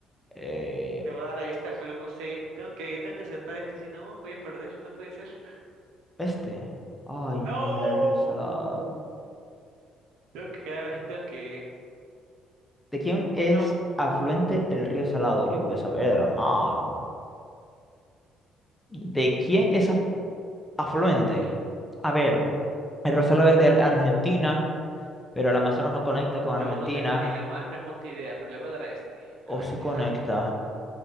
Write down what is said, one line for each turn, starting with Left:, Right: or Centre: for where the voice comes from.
Centre: Eh,
Right: le voy a dar a esta, pero no sé. Tengo que, tengo que aceptar esta, si no, voy a perder. No puede ser.
Centre: este. Ay,
Right: No,
Centre: no, era el río Salado.
Right: tengo que quedar, tengo que.
Centre: ¿De quién es
Right: No,
Centre: afluente el río Salado? Yo qué voy a saber, hermano. ¿De quién es af- afluente?
Right: afluente.
Centre: A ver, el río Salado es de Argentina. Pero el Amazonas no conecta con Argentina.
Right: Yo no tengo ni la más remota idea, pero le voy a dar a este. A
Centre: O
Right: ver
Centre: sí
Right: qué
Centre: conecta.
Right: sale.